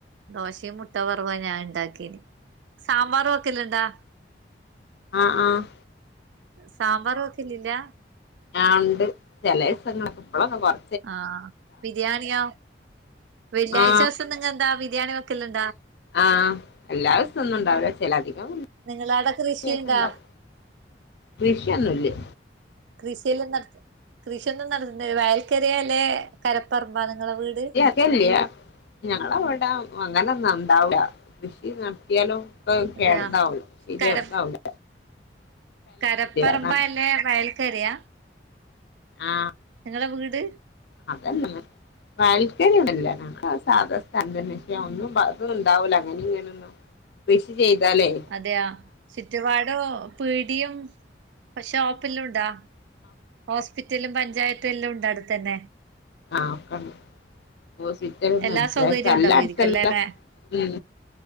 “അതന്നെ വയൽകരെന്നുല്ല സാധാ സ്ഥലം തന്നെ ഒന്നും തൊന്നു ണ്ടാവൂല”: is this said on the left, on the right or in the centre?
Left